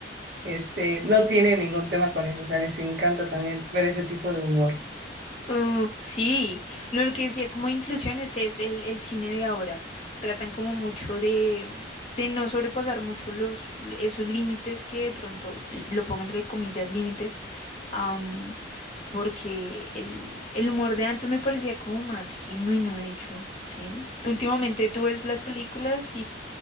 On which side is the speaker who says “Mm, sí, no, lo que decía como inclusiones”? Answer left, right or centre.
Left